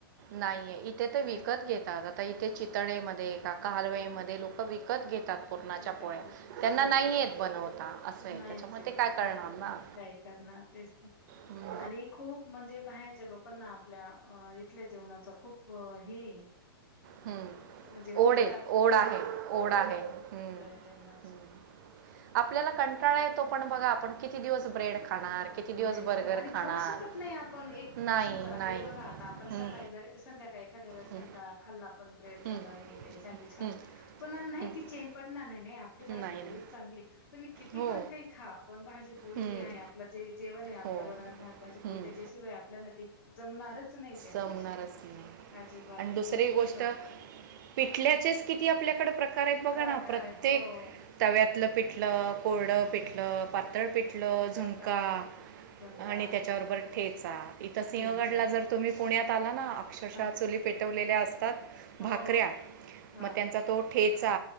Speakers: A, on the right; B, on the left.
A: नाहीये इथे तर
B: नाही
A: विकत घेतात आता इथे चितळेमध्ये एका. कारवईमध्ये लोक विकत घेतात. पूर्णाच्या
B: विकत
A: पोळ्या
B: घेते
A: त्यांना
B: हो
A: नाहीयेत बनवता असंय
B: नाहीच
A: त्याच्या म
B: आहे.
A: ते काय करणार ना.
B: काय करणार तेच तर
A: हम्म,
B: आणि खूप म्हणजे बाहेरच्या लोकांना आपल्या इथले जेवणाचं खूप हे
A: हम्म
B: म्हणजे
A: ओढ
B: येतात
A: आहे ओढ आहे ओढ आहे हम्म
B: जेवनाचे.
A: हम्म. आपल्याला कंटाळा येतो पण बघा आपण किती किती दिवस ब्रेड खाणार
B: ब्रेड
A: बर्गर
B: खाणं आणि
A: खाणार
B: खाऊ शकत नाही आपण एक
A: नाही
B: समजा
A: नाही
B: हे बघा
A: हं,
B: आता आपण सकाळी जर संध्याकाळी एखाद्या वेळेस
A: हं,
B: कंटाळा खाल्ला ब्रेड खाल्ल
A: हं,
B: हे ते सँडविच खाल्लं
A: हं,
B: पण नाही
A: हं,
B: ती चैन पडणार नाही नाही आपली भाजी
A: नाही
B: पोळीच
A: नाही
B: चांगली तुम्ही किती
A: हो
B: पण काही खा पण भाजी पोळी
A: हं,
B: जे आहे आपल जे जेवण. आपल्या
A: हो
B: वरण भात भाजीपोळी
A: हं,
B: त्याच्याशिवाय आपल्याना ते जमणारच. नाही त्या
A: जमणारच
B: गोष्टी
A: नाही
B: अजिबात
A: आणि
B: नाही
A: दुसरी
B: तुम्ही किती
A: गोष्ट
B: पण
A: पिठल्याचेच किती आपल्याकडे प्रकार आहेत बघा
B: प्रकार
A: ना प्रत्येक
B: आहे हो
A: तव्यातलं पिठलं कोरडं. पिटलं पातळ, पिटलं
B: पातळपेठ
A: झुणका
B: झुणका
A: आणि त्याच्याबरोबर ठेचा. इथं सिंहगडला
B: ठेचा
A: जर पुण्यात आला ना अक्षरशः
B: अच्छा
A: चुली पेटवलेल्या असतात.
B: हो
A: भाकऱ्या,
B: हा
A: मग त्यांचा तो ठेचा